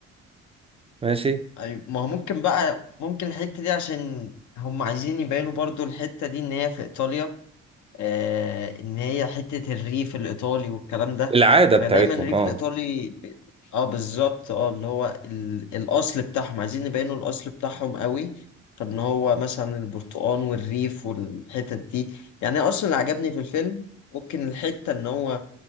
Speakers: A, on the right; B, on the left.
A: ماشي
B: أي- ما هو ممكن بقى ممكن الحتة دي عشان هم عايزين يبينوا برضو الحتة دي إن هي في إيطاليا آه إن هي حتة الريف الإيطالي والكلام ده
A: العادة
B: فدايما
A: بتاعتهم
B: الريف
A: اه
B: الإيطالي ب- اه بالظبط اه اللي هو ال... الأصل بتاعهم عايزين نبينوا الأصل بتاعهم قوي فإن هو مثلا البرتقال والريف والحتت دي يعني أصلا اللي عجبني في الفيلم ممكن الحتة إن هو